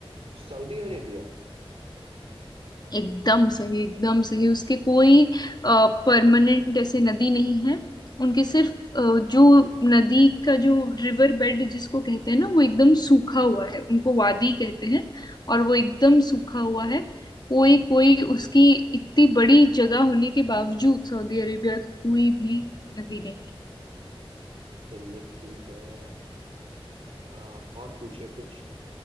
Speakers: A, on the right; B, on the left.
A: Saudi Arabia
B: एकदम सही एकदम सही उसके कोई परमानेंट ऐसे नदी नहीं है उनके सिर्फ अ, जो नदी का जो रिवर बेड जिसको कहते हैं ना वो एकदम सूखा हुआ है उनको वादी कहते हैं और वो एकदम सूखा हुआ है कोई कोई उसकी इतनी बड़ी जगह होने के बावजूद सऊदी अरेबिया की कोई भी नदी नहीं है
A: चलिए ठीक है अ, और पूछिए कुछ